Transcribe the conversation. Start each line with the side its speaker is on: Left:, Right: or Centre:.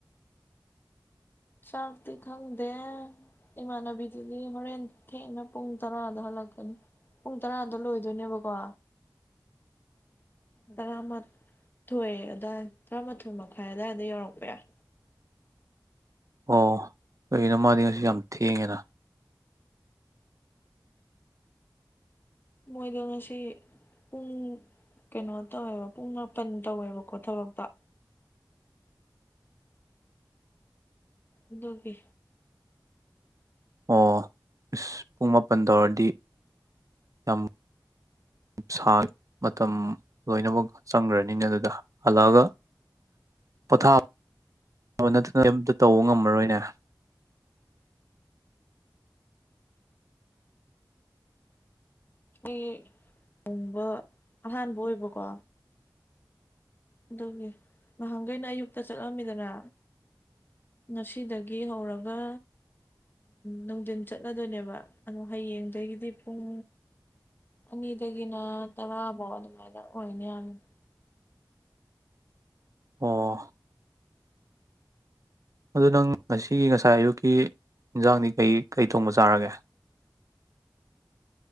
Left: ꯆꯥꯛꯇꯤ ꯈꯪꯗꯦ ꯏꯃꯥꯟꯅꯕꯤꯗꯨꯗꯤ ꯍꯣꯔꯦꯟ ꯊꯦꯡꯅ ꯄꯨꯡ ꯇꯔꯥꯗ ꯍꯜꯂꯛꯀꯅꯤ ꯄꯨꯡ ꯇꯔꯥꯗ ꯂꯣꯏꯗꯣꯏꯅꯦꯕꯀꯣ ꯇꯔꯥꯃꯥꯊꯣꯏ ꯑꯗꯨꯋꯥꯏ ꯇꯔꯥꯃꯥꯊꯣꯏ ꯃꯈꯥꯏ ꯑꯗꯨꯋꯥꯏꯗ ꯌꯧꯔꯛꯄ ꯌꯥꯏ
Right: ꯑꯣ ꯀꯅꯣ ꯃꯥꯗꯤ ꯉꯁꯨ ꯌꯥꯝ ꯊꯦꯡꯉꯦꯅ
Left: ꯃꯣꯏꯗꯣ ꯉꯁꯤ ꯄꯨꯡ ꯀꯩꯅꯣ ꯇꯧꯋꯦꯕ ꯄꯨꯡ ꯃꯥꯄꯟ ꯇꯧꯋꯦꯕꯀꯣ ꯊꯕꯛꯇ ꯑꯗꯨꯕꯤ
Right: ꯑꯣ ꯏꯁꯁ ꯄꯨꯡ ꯃꯥꯄꯜ ꯇꯧꯔꯗꯤ ꯌꯥꯝꯃ ꯁꯥ ꯃꯇꯝ ꯂꯣꯏꯅꯃꯛ ꯆꯪꯈ꯭ꯔꯅꯤꯅꯦ ꯑꯗꯨꯗ ꯍꯜꯂꯛꯑꯒ ꯄꯣꯊꯥꯕ ꯅꯠꯇꯅ ꯑꯝꯇ ꯇꯧꯕ ꯉꯝꯃꯔꯣꯏꯅꯦ
Left: ꯑꯩ ꯊꯣꯡꯕ ꯑꯍꯥꯟꯕ ꯑꯣꯏꯕꯀꯣ ꯑꯗꯨꯒꯤ ꯅꯍꯥꯟꯈꯩꯅ ꯑꯌꯨꯛꯇ ꯆꯠꯂꯝꯃꯤꯗꯅ ꯉꯁꯤꯗꯒꯤ ꯍꯧꯔꯒ ꯅꯨꯡꯊꯤꯟ ꯆꯠꯂꯗꯣꯏꯅꯦꯕ ꯑꯗꯣ ꯍꯌꯦꯡꯗꯒꯤꯗꯤ ꯄꯨꯡ ꯑꯗꯒꯤꯅ ꯇꯔ ꯣꯗ ꯃ ꯑꯣꯏꯅꯦꯅ
Right: ꯑꯣ ꯑꯗꯨ ꯅꯪ ꯉꯁꯤꯒꯤ ꯉꯁꯥꯏ ꯑꯌꯨꯛꯀꯤ ꯏꯟꯖꯥꯡꯗꯤ ꯀꯩ ꯀꯩ ꯊꯣꯡꯕ ꯆꯥꯔꯒꯦ